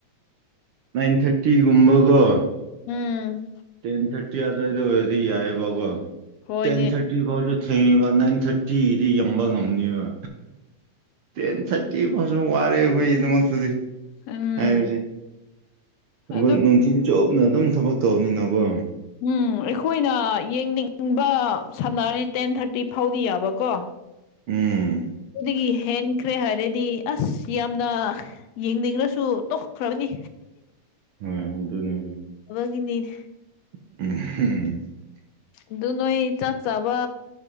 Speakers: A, on the right; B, on the left.
A: ꯅꯥꯏꯟ ꯊꯥꯔꯇꯤꯒꯨꯝꯕꯒꯣ
B: ꯎꯝ
A: ꯇꯦꯦꯟ ꯊꯔꯇꯤ ꯑꯗꯗ ꯑꯣꯏꯗꯤꯏꯕ
B: ꯍꯣꯏꯅꯦ
A: ꯇꯦꯦꯟ ꯊꯔꯇꯤꯥꯎꯁꯨ ꯊꯦꯡꯉꯤꯕ ꯅꯥꯏꯟ ꯊꯥꯔꯇꯤꯗꯤ ꯌ ꯉꯝꯅꯤꯕ ꯇꯦꯟ ꯊꯥꯔꯇꯤ ꯑꯁꯨ ꯋꯥꯔꯦ ꯑꯩꯈꯣꯏꯒꯤꯗꯃꯛꯇꯗꯤ
B: ꯎꯝ
A: ꯍꯥꯏꯔꯁꯦ ꯊ
B: ꯑꯗꯨ
A: ꯅꯨꯡꯊꯤꯤꯟ ꯆꯣꯞꯅ ꯑꯗꯨꯝ ꯊꯕꯛ ꯇꯧꯕꯅꯤꯅꯀꯣ
B: ꯎꯝ ꯑꯩꯈꯣꯏꯅ ꯌꯦꯡꯅꯤꯡꯕ ꯁꯝꯅꯔꯅꯤ ꯇꯦꯟ ꯊꯥꯔꯇꯤ ꯐꯥꯎꯗꯤ ꯌꯥꯕꯀꯣ
A: ꯎꯝ
B: ꯑꯩꯗꯒꯤ ꯍꯦꯟꯈ꯭ꯔꯦ ꯍꯥꯏꯔꯗꯤ ꯑꯁ ꯌꯥꯝꯅ ꯌꯦꯡꯅꯤꯡꯉꯁꯨ ꯇꯣꯛꯈ꯭ꯔꯕꯅꯤ
A: ꯍ ꯑꯗꯨ ꯑꯗꯨꯅꯤ
B: ꯍꯅꯤꯅꯦ
A: ꯎꯝꯝ
B: ꯑꯗꯨ ꯅꯣꯏ ꯆꯥꯛ ꯆꯕ